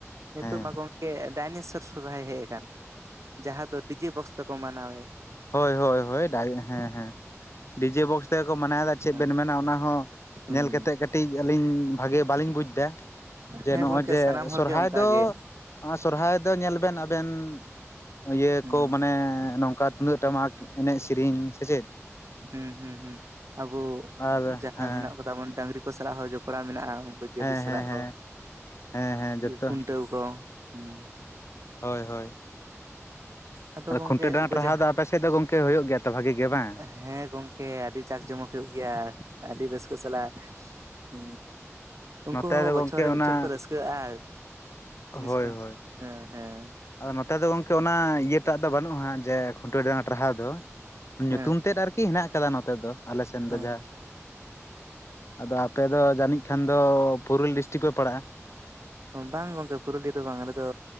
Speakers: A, on the right; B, on the left.
A: ᱱᱤᱛᱚᱜ
B: ᱦᱮᱸ
A: ᱢᱟ ᱜᱚᱢᱠᱮ ᱰᱟᱭᱱᱮᱥᱚᱨ ᱥᱚᱨᱦᱟᱭ ᱦᱮᱡ ᱟᱠᱟᱱ ᱡᱟᱦᱟᱸ ᱫᱚ ᱫᱚ ᱰᱤᱡᱮ ᱵᱚᱠᱥ ᱛᱮᱠᱚ ᱢᱟᱱᱟᱣᱮᱫ
B: ᱦᱳᱭ ᱦᱳᱭ ᱦᱳᱭ ᱦᱮᱸ ᱦᱮᱸ ᱰᱤᱡᱮ ᱵᱚᱠᱥ ᱛᱮᱜᱮ ᱠᱚ ᱢᱟᱱᱟᱣᱮᱫᱟ ᱪᱮᱫ
A: ᱦᱮᱸ
B: ᱵᱮᱱ ᱢᱮᱱᱟ ᱚᱱᱟ ᱦᱚᱸ
A: ᱦᱩᱸ
B: ᱧᱮᱞ ᱠᱟᱛᱮ ᱠᱟᱹᱴᱤᱡ ᱟᱹᱞᱤᱧ ᱵᱷᱟᱜᱮ ᱵᱟᱹᱞᱤᱧ ᱵᱩᱡᱽ ᱮᱫᱟ ᱡᱮ
A: ᱦᱮᱸ
B: ᱱᱚᱜᱼᱚᱭ
A: ᱜᱚᱝᱠᱮ
B: ᱡᱮ
A: ᱥᱟᱱᱟᱢ ᱦᱚᱲᱜᱮ
B: ᱥᱚᱨᱚᱦᱟᱭ
A: ᱚᱱᱠᱟ
B: ᱫᱚ
A: ᱜᱮ
B: ᱥᱚᱨᱚᱦᱟᱭ ᱫᱚ ᱧᱮᱞ ᱵᱮᱱ ᱟᱵᱮᱱ ᱤᱭᱟᱹ
A: ᱦᱩᱸ
B: ᱠᱚ ᱢᱟᱱᱮ ᱱᱚᱝᱠᱟ ᱛᱩᱫᱟᱹᱜ ᱴᱟᱢᱟᱠ ᱮᱱᱮᱡ ᱥᱮᱨᱮᱧ ᱥᱮᱪᱮᱫ
A: ᱦᱸ ᱦᱩᱸ ᱦᱩᱸ ᱟᱵᱚ
B: ᱟᱨ
A: ᱡᱟᱦᱟᱸ
B: ᱦᱮᱸ
A: ᱢᱮᱱᱟᱜ ᱠᱚᱫᱟ ᱵᱚᱱ ᱰᱟᱝᱨᱤ ᱥᱟᱞᱟᱜ ᱦᱚᱸ ᱡᱚᱯᱲᱟᱣ ᱢᱮᱱᱟᱜᱼᱟ ᱩᱱᱠᱩ ᱡᱤᱭᱟᱹᱞᱤ
B: ᱦᱮᱸ
A: ᱥᱟᱞᱟᱜ
B: ᱦᱮᱸ ᱦᱮᱸ
A: ᱦᱚᱸ
B: ᱦᱮᱸ ᱦᱮᱸ ᱡᱚᱛᱚ
A: ᱠᱷᱩᱱᱴᱟᱹᱣ ᱠᱚ ᱦᱮᱸ
B: ᱦᱳᱭ ᱦᱳᱭ
A: ᱟᱫᱚ
B: ᱟᱨ
A: ᱜᱚᱝᱠᱮ
B: ᱠᱷᱩᱱᱴᱟᱹ ᱰᱟᱸᱴ
A: ᱩᱱᱠᱩ
B: ᱨᱟᱦᱟ
A: ᱡᱟᱦᱟᱸ
B: ᱫᱚ ᱟᱯᱮ ᱥᱮᱫ ᱫᱚ ᱜᱚᱝᱠᱮ ᱦᱩᱭᱩᱜ ᱜᱮᱭᱟ ᱛᱚ ᱵᱷᱟᱜᱤ ᱜᱮ ᱵᱟᱝ
A: ᱦᱮᱸ ᱜᱚᱝᱠᱮ ᱟᱹᱰᱤ ᱪᱟᱠ ᱡᱚᱢᱚᱠ ᱦᱩᱭᱩᱜ ᱜᱮᱭᱟ ᱟᱹᱰᱤ ᱨᱟᱹᱥᱠᱟᱹ ᱥᱟᱞᱟᱜ ᱾ ᱦᱩ ᱩᱱᱠᱩ
B: ᱱᱚᱛᱮ
A: ᱦᱚᱸ
B: ᱫᱚ
A: ᱵᱚᱪᱷᱚᱨ
B: ᱜᱚᱝᱠᱮ
A: ᱨᱮ ᱢᱤᱜ
B: ᱚᱱᱟ
A: ᱪᱷᱚᱴ ᱠᱚ ᱨᱟᱹᱥᱠᱟᱹᱼᱟ, ᱡᱤᱱᱤᱥ
B: ᱦᱳᱭ
A: ᱠᱚ
B: ᱦᱳᱭ
A: ᱦᱮᱸ ᱦᱮᱸ ᱾
B: ᱟᱫᱚ ᱱᱚᱛᱮ ᱫᱚ ᱜᱚᱝᱠᱮ ᱚᱱᱟ ᱤᱭᱟᱹᱴᱟᱜ ᱫᱚ ᱵᱟᱹᱱᱩᱜᱼᱟ ᱡᱮ ᱠᱷᱩᱱᱴᱟᱹ ᱨᱟᱦᱟ ᱫᱚ ᱧᱩᱛᱩᱢ
A: ᱦᱮᱸ
B: ᱛᱮᱫ ᱟᱨᱠᱤ ᱢᱮᱱᱟᱜᱮ ᱟᱠᱟᱫᱟ ᱱᱚᱛᱮ ᱫᱚ ᱟᱞᱮ ᱥᱮᱱ
A: ᱦᱮᱸ
B: ᱫᱚ ᱡᱟ ᱟᱫᱚ ᱟᱯᱮ ᱫᱚ ᱡᱟᱹᱱᱤᱡ ᱠᱷᱟᱱ ᱫᱚ ᱯᱩᱨᱩᱞ ᱰᱤᱥᱴᱤᱠ ᱯᱮ ᱯᱟᱲᱟᱜᱼᱟ
A: ᱵᱟᱝ ᱜᱚᱝᱠᱮ ᱯᱩᱨᱩᱞᱤᱭᱟᱹ ᱫᱚ ᱵᱟᱝ ᱟᱞᱮ ᱫᱚ